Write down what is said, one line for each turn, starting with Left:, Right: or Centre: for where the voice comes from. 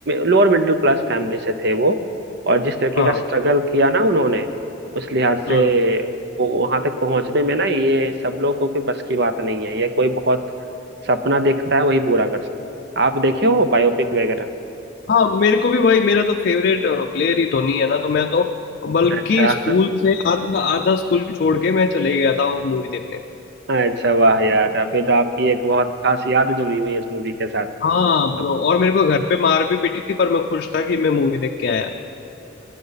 Right: लोअर मिडिल क्लास फैमिली से थे वो और जिस तरीके
Left: हाँ
Right: का स्ट्रगल किया ना उन्होंने उस लिहाज से
Left: हम्म
Right: वो वहां तक पहुंचने में ना ये सब लोगों के बस की बात नहीं है ये कोई बहुत सपना देखता है वही पूरा कर सकता है। आप देखे हो बायोपिक वगैरह
Left: हाँ मेरे को भी भाई मेरा तो फेवरेट प्लेयर ही धोनी है ना तो मैं तो बल्कि
Right: अच्छा
Left: स्कूल से आधा आधा स्कूल छोड़ के मैं चले गया था वो मूवी देखने
Right: <laughs> अच्छा वाह यार अभी तो आपकी एक बहुत खास याद जुड़ी हुई है इस मूवी के साथ
Left: हाँ ब्रो
Right: <laughs>
Left: और मेरे को घर पे मार भी पीटी थी पर मैं खुश था कि मैं मूवी देख के आया